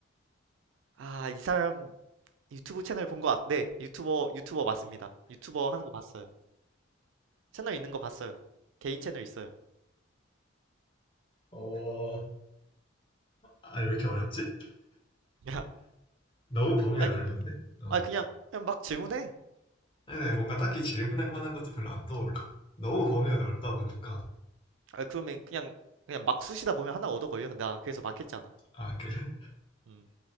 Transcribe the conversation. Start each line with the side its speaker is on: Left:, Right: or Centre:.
Right: 아, 이 사람 유튜브 채널 본 거 같... 네, 유튜버 유튜버 맞습니다. 유튜버 하는 거 봤어요. 채널 있는 거 봤어요. 개인 채널 있어요.
Left: 어, 아니, 왜 이렇게 어렵지?
Right: 야,
Left: 너무 범위가
Right: 아니,
Left: 넓은데? 어.
Right: 아 그냥 그냥 막 질문해.
Left: 아니, 뭔가 딱히 질문할 만한 것도 별로 안 떠올라. 너무 범위가 넓다 보니까.
Right: 아 그러면 그냥 그냥 막 쑤시다 보면 하나 얻어 걸려. 나 그래서 막 했잖아.
Left: 아, 그래?
Right: 음.